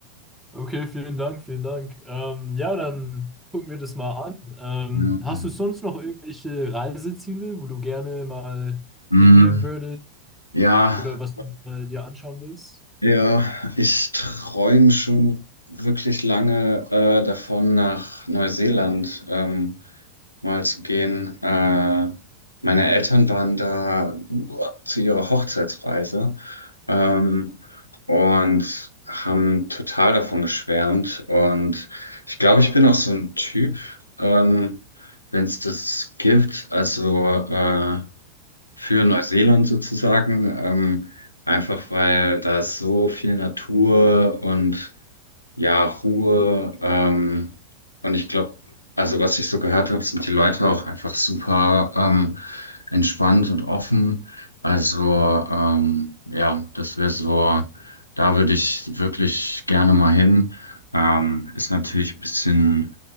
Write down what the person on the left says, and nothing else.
Ja,
Mhm.
ja.
Ja, ich träume schon wirklich lange äh, davon, nach Neuseeland ähm, mal zu gehen. Äh, meine Eltern waren da uh, zu ihrer Hochzeitsreise ähm, und haben total davon geschwärmt. Und ich glaube, ich bin auch so ein Typ, ähm, wenn es das gibt. Also äh, für Neuseeland sozusagen, ähm, einfach weil da ist so viel Natur und ja, Ruhe. Ähm, und ich glaube, also was ich so gehört habe, sind die Leute auch einfach super ähm, entspannt und offen. Also ähm, ja, das wäre so, da würde ich wirklich gerne mal hin. Ähm, ist natürlich ein bisschen